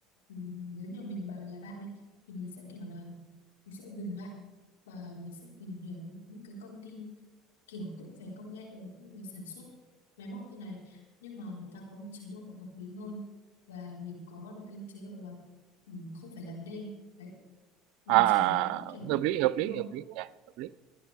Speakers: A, on the left (about 85°); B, on the right (about 70°).
A: mình, nếu như mình bà là bạn ấy thì mình sẽ kiểu là mình sẽ dừng lại và mình sẽ tìm hiểu những cái công ty kiểu cũng về công nghệ và cũng về sản xuất máy móc thế này nhưng mà người ta có một chế độ hợp lý hơn và mình có được cái chế độ là mình không phải làm đêm đấy mình
B: À, à,
A: chỉ muốn
B: à, à,
A: kiểu
B: hợp lý, hợp
A: đúng
B: lý,
A: không
B: hợp lý nhỉ, hợp lý.